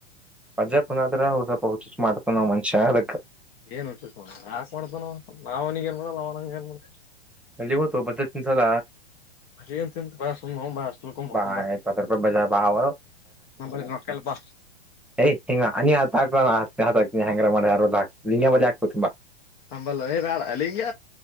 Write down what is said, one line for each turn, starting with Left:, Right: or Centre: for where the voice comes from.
Centre: ಮಜಾ ಕುನಾದ್ರ ಹ್ ಸ್ವಲ್ಪ ಹಚ ಮಾಡ್ತ ನಾ್ ಮನ್ಷ್ಯ ಅದಕ್
Left: ಏನ್ ಉಂ ಯಾಕ ಮಾಡತ ನ ನಾವ್ನಿಗ ಏನ್ ಮಾಡಲ್ಲ ಅವ್ನಂಗ ಏನ್ ಮಾಡಿ
Centre: ಅಲ್ಲಿ ಹೋತ ಬಜಟ್ನ್ಸಲ
Left: ಅರಿಂತ ಬಲ್ಕೊಕೊಂಬಾ
Centre: ಬಾ ಇಪ್ಪತ್ ರೂಪಾಯಿ ಬಜ ಬಾವ
Left: ನಲ್ ಬಾ
Centre: ಯ್ ಹಿಂಗ ಅ ನೀ ಹಾಕ್ತ ಹಾತಿನಿ ಹಂಗಾರ ಮಾಡ ಯಾರ ಹನ್ ಬಳಿ ಆಕ್ತ ತುಂಬಾ
Left: ಅಂಬಲ್ಲ ಬೇಡ ಅಲ್ಲಿಂಗಗೆ